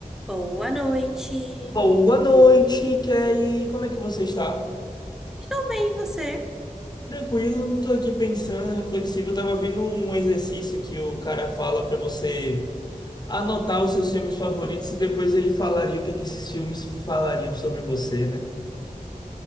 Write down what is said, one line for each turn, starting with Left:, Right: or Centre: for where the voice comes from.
Centre: Boa noite.
Left: Boa noite, Kelly. Como é que você está?
Centre: Estou bem, e você?
Left: Tranquilo, não tô aqui pensando, reflexivo. Eu tava vendo um exercício que o cara fala para você anotar os seus filmes favoritos e depois ele falaria o que é que esses filmes falariam sobre você, né?